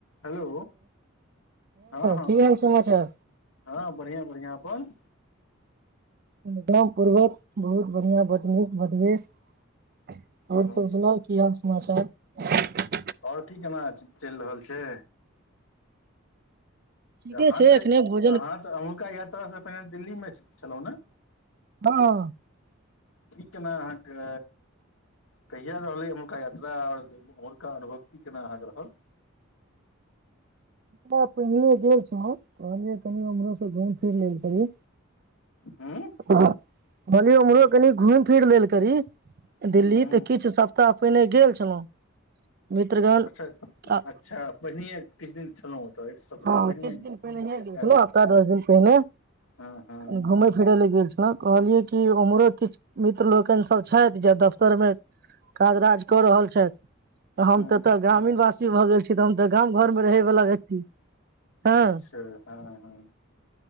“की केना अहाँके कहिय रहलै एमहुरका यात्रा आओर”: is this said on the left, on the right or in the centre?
Left